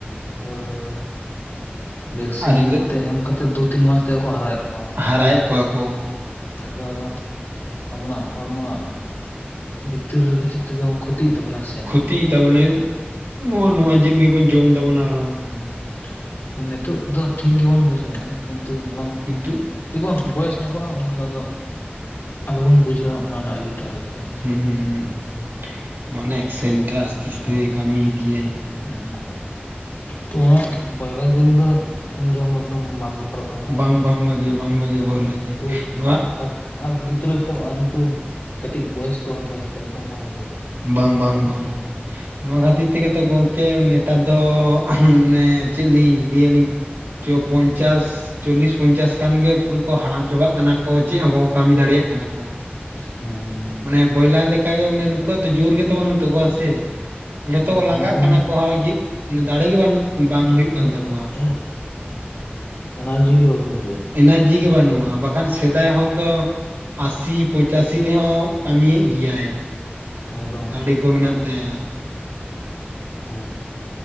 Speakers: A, on the left; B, on the right.
A: ᱦᱳᱭ ᱢᱟᱱᱮ ᱵᱷᱮᱠᱥᱤᱱ
B: ᱟᱹᱰᱤ ᱞᱚ
A: ᱛᱮ ᱮᱢ ᱠᱟᱛᱮᱫ ᱫᱩ ᱛᱤᱱ ᱢᱟᱥ ᱛᱮᱜᱮ ᱠᱚ ᱦᱟᱨᱟᱭᱮᱜ ᱠᱚᱣᱟ ᱾
B: ᱦᱟᱨᱟᱭᱮᱫ ᱠᱚᱣᱟ ᱠᱚ ᱾
A: ᱚᱱᱟ ᱫᱚ ᱟᱫᱚ ᱟᱵᱚᱱᱟᱜ ᱦᱚᱲᱢᱚᱱᱟᱜ ᱵᱷᱤᱛᱟᱹᱨ ᱨᱮᱜᱮ ᱴᱷᱤᱠ ᱫᱚ ᱠᱷᱚᱛᱤᱭᱮᱜ ᱛᱟᱵᱚᱱᱟ ᱦᱮᱸ ᱥᱮ
B: ᱛᱤ ᱛᱟᱵᱚᱱᱟᱭ ᱱᱚᱣᱟ ᱱᱚᱣᱟ ᱡᱤᱞ ᱜᱮᱵᱚᱱ ᱡᱚᱢ ᱫᱟᱵᱚᱱ ᱟᱨᱚ
A: ᱦᱩ ᱛᱚ ᱱᱤᱛᱳᱜ ᱫᱚ ᱴᱷᱤᱠ ᱜᱮᱵᱚᱱ ᱵᱩᱡᱷᱟᱹᱜᱼᱟ ᱠᱤᱱᱛᱩ ᱡᱚᱵᱟᱱ
B: ᱠᱤᱱᱛᱩᱜ
A: ᱰᱤᱵᱚᱱ ᱵᱚᱭᱮᱥ ᱧᱚᱜᱚᱜᱼᱟ ᱩᱱᱫᱚ ᱟᱫᱚ ᱟᱫᱚ ᱵᱚᱱ ᱵᱩᱡᱷᱟᱹᱣᱟ ᱚᱱᱟ ᱱᱟ ᱤᱭᱟᱹᱴᱟᱜ ᱟᱨᱠᱤ ᱾
B: ᱦᱩ ᱦᱩ ᱦᱩᱦᱩᱢ ᱢᱟᱱᱮ ᱮᱠᱥᱮᱱᱴᱟᱜ ᱟᱥᱛᱮ ᱟᱥᱛᱮ
A: ᱦᱮᱸ
B: ᱠᱟᱢᱤ ᱤᱫᱤᱭᱟᱭ ᱾
A: ᱦᱮᱸ ᱛᱚ ᱚᱱᱟ ᱵᱚᱭᱲᱟ ᱡᱤᱞ ᱫᱚᱭ ᱟᱧᱡᱚᱢ ᱮᱠᱫᱚᱢ ᱵᱟᱝ ᱫᱚᱨᱠᱟᱨᱚᱜ ᱠᱟᱱᱟ ᱡᱟᱦᱟᱭ
B: ᱵᱟᱝ ᱵᱟᱝ ᱵᱷᱟᱜᱮ ᱵᱟᱝ ᱵᱷᱟᱜᱮ ᱵᱚᱞ
A: ᱟᱨ
B: ᱤᱫᱤ
A: <unintelligible>
B: ᱱᱚᱣᱟ
A: ᱠᱟᱡ ᱨ ᱟ ᱜᱤᱫᱽᱨᱟᱹ ᱠᱚ ᱟᱨ ᱱᱩᱠᱩ ᱠᱟᱹᱴᱤᱡ ᱵᱚᱭᱮᱥᱠᱚ ᱦᱚᱲ ᱞᱟᱜᱤᱫ ᱛᱮ ᱮᱠᱫᱚᱢ ᱵᱟᱝ ᱵᱷᱟᱹᱜᱮᱭᱟ ᱾
B: ᱵᱟᱝ ᱵᱟᱝ ᱵᱟᱝ ᱱᱚᱣᱟ ᱠᱷᱟᱹᱛᱤᱨ ᱛᱮᱜᱮ ᱛᱚ ᱜᱚᱝᱠᱮ ᱱᱮᱛᱟᱨ ᱫᱚ ᱢᱚᱱᱮ ᱪᱮᱫ ᱞᱤᱧ ᱞᱟᱹᱭ ᱟᱹᱞᱤᱧ ᱪᱚ ᱯᱚᱧᱪᱟᱥ ᱪᱚᱞᱞᱤᱥ ᱯᱚᱧᱪᱟᱥ ᱠᱷᱟᱱ ᱜᱮ ᱯᱩᱨᱟᱹ ᱠᱚ ᱦᱟᱲᱟᱢ ᱪᱟᱵᱟᱜ ᱠᱟᱱᱟ ᱠᱚ ᱪᱮᱫ ᱦᱚᱸ ᱵᱟᱠᱚ ᱠᱟᱹᱢᱤ ᱫᱟᱲᱮᱭᱟᱜ ᱠᱟᱱᱟ ᱠᱚ ᱾
A: ᱦᱮᱸ ᱦᱮᱸ
B: ᱢᱟᱱᱮ ᱵᱚᱭᱞᱟᱨ ᱞᱮᱠᱟᱜᱮ ᱢᱟᱱᱮ ᱱᱩᱠᱩᱣᱟᱜ ᱫᱚ ᱡᱳᱨ ᱜᱮᱛᱚ ᱵᱟᱹᱱᱩᱜ ᱛᱟᱠᱚᱣᱟ ᱥᱮ ᱾ ᱡᱚᱛᱚ
A: ᱦᱩᱸ
B: ᱠᱚ
A: ᱢᱟᱱᱮ
B: ᱞᱟᱸᱜᱟᱜ
A: ᱠᱳᱱᱳ
B: ᱠᱟᱱᱟ ᱠᱚ ᱦᱟᱣ ᱤᱭᱟᱹᱜ ᱚᱱᱮ ᱫᱟᱲᱮᱹᱜᱮ ᱵᱟᱹᱱᱩᱜ ᱵᱟᱝ ᱦᱩᱭᱩᱜ
A: ᱳ
B: ᱠᱟᱱ ᱛᱟᱠᱚᱣᱟ
A: ᱳ ᱮᱦ ᱮᱱᱟᱨᱡᱤ ᱜᱮ ᱵᱟᱹᱵᱤᱱ ᱵᱩᱡᱷᱟᱹᱣᱟ ᱾
B: ᱮᱱᱟᱡᱤ ᱜᱮ ᱵᱟᱹᱱᱩᱜᱼᱟ ᱵᱟᱠᱷᱟᱱ ᱥᱮᱫᱟᱭ ᱦᱚᱫᱽ ᱫᱚ ᱟᱥᱤ ᱯᱚᱸᱪᱟᱥᱤ ᱨᱮᱦᱚᱸ ᱠᱟᱹᱢᱤᱭᱮᱜ ᱜᱤᱭᱟᱭ ᱾
A: ᱮᱠᱫᱚᱢ
B: ᱫᱟᱲᱮ ᱠᱚ ᱢᱮᱱᱟᱜ ᱛᱟᱭᱟ ᱾
A: ᱦᱮᱸ